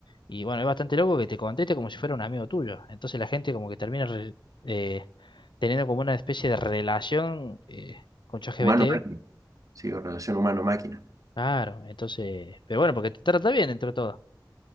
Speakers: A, on the left; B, on the right.
A: y bueno, es bastante loco que te conteste como si fuera un amigo tuyo. Entonces la gente como que termina re- eh, teniendo como una especie de relación eh, con ChatGPT
B: humano-máquina. Sí, o relación humano-máquina.
A: Claro, entonces, pero bueno, porque te trata bien entre todo.